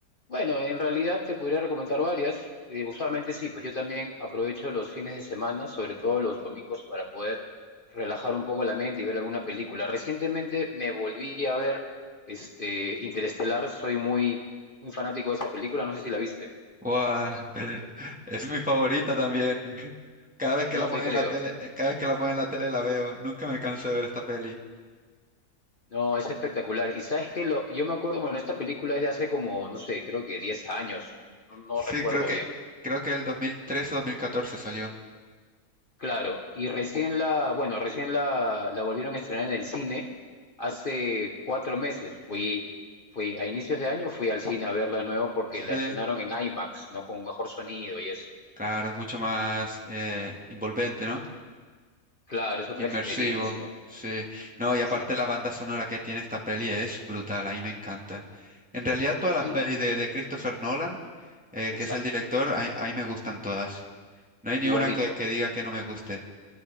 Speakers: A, on the left (about 35°); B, in the centre.
A: Bueno, en realidad te podría recomendar varias. Eh, usualmente sí, pues yo también aprovecho los fines de semana, sobre todo los domingos, para poder relajar un poco la mente y ver alguna película. Recientemente me volví a ver este Interestelar. Soy muy, muy fanático de esa película. No sé si la viste.
B: ¡Guau! <laughs> Es mi favorita también. Cada vez que
A: No
B: la
A: te
B: ponen
A: creo.
B: en la tele, eh, cada vez que la ponen en la tele la veo. Nunca me canso de ver esta peli.
A: No, es espectacular. Y sabes que lo, yo me acuerdo, bueno, esta película es de hace como, no sé, creo que 10 años. no no no
B: Sí,
A: recuerdo
B: creo que,
A: bien.
B: creo que el 2013 o dos mil catorce salió.
A: Claro, y recién la, bueno, recién la, la volvieron a estrenar en el cine hace cuatro meses. Fui, fui a inicios de año, fui al cine a verla de nuevo porque
B: Sí.
A: la estrenaron en IMAX, ¿no? Con un mejor sonido y eso.
B: Claro, es mucho más eh, envolvente, ¿no?
A: Claro, es otra
B: Inmersivo,
A: experiencia.
B: sí. No, y aparte
A: Sí,
B: la banda sonora que tiene esta peli es brutal, a mí me encanta. En realidad todas
A: sí,
B: las pelis de, de Christopher Nolan, eh,
A: exacto.
B: que es el director, a, a mí me gustan todas. No hay ni
A: Igualito.
B: una que, que diga que no me guste.